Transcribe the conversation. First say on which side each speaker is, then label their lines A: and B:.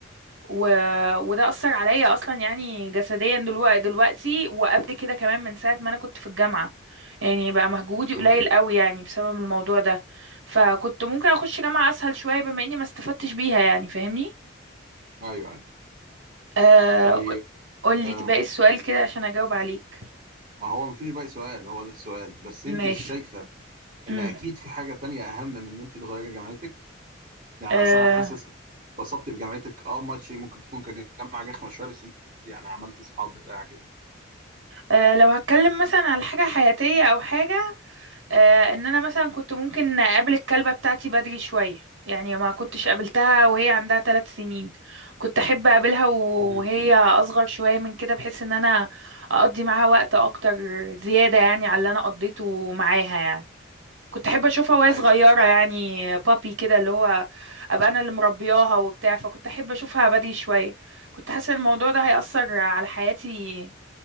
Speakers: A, on the right; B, on the right.
A: و... وده أثر عليا أصلا يعني جسديا دلوقتي دلوقتي وقبل كده كمان من ساعة ما أنا كنت في الجامعة يعني بقى مجهودي قليل
B: امم
A: قوي يعني بسبب الموضوع ده فكنت ممكن أخش جامعة أسهل شوية بما إني ما استفدتش بيها يعني فاهمني
B: ايوه ايوه
A: آه...
B: طيب
A: قولي
B: آه
A: باقي السؤال كده عشان أجاوب عليك
B: ما هو مفيش باقي سؤال هو ده السؤال بس
A: ماشي
B: انت مش شايفه ان
A: امم
B: اكيد في حاجه تانية اهم من ان انت تغيري جامعتك يعني
A: آه...
B: اصل انا حاسس اتبسطت في جامعتك اه ماشي ممكن تكون كجامعه رخمه شويه بس انت يعني عملتي اصحاب بتاع كده
A: آه... لو هتكلم مثلا على حاجة حياتية أو حاجة آه، ان انا مثلا كنت ممكن اقابل الكلبة بتاعتي بدري شوية يعني ما كنتش قابلتها وهي عندها ثلاث سنين كنت احب اقابلها و-
B: امم
A: وهي اصغر شوية من كده بحيث ان انا اقضي معاها وقت اكتر زيادة يعني على اللي انا قضيته معاها يعني كنت احب اشوفها وهي
B: ايوه
A: صغيرة
B: ايوه
A: يعني بابي كده اللي هو ابقى انا اللي مربياها وبتاع فكنت احب اشوفها بدري شوية كنت حاسة ان الموضوع ده هيأثر على حياتي